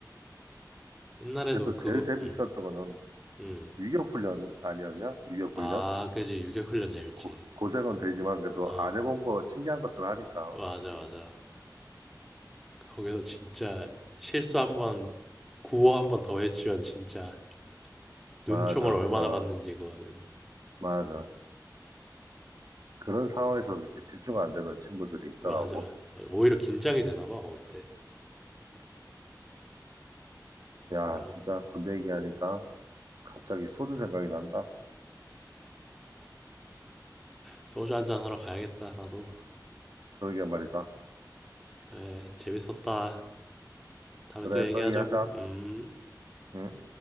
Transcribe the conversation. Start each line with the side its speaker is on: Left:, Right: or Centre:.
Centre: 옛날에도
Right: 그래서
Centre: 그거,
Right: 제일 재밌었던
Centre: 음,
Right: 거는
Centre: 음.
Right: 유격훈련 아니었냐? 유격훈련?
Centre: 아, 그지. 유격훈련 재밌지.
Right: 고, 고생은 되지만 그래도
Centre: 어,
Right: 안 해본 거 신기한 것들 하니까.
Centre: 맞아, 맞아. 거기서 진짜 실수 한 번, 구호 한번 더 했지만 진짜 눈총을
Right: 맞아,
Centre: 얼마나
Right: 어,
Centre: 받는지 그거는
Right: 맞아. 그런 상황에서 도 이렇게 집중 안 되는 친구들이 있더라고.
Centre: 맞아. 맞아. 오히려 긴장이 되나 봐 그때
Right: 야,
Centre: 그런
Right: 진짜
Centre: 것
Right: 군대 얘기하니까 갑자기 소주 생각이 난다.
Centre: 소주 한잔 하러 가야겠다 나도
Right: 그러게 말이다.
Centre: 그래 재밌었다 다음에
Right: 그래,
Centre: 또 얘기하자고
Right: 또 얘기하자.
Centre: 음
Right: 응?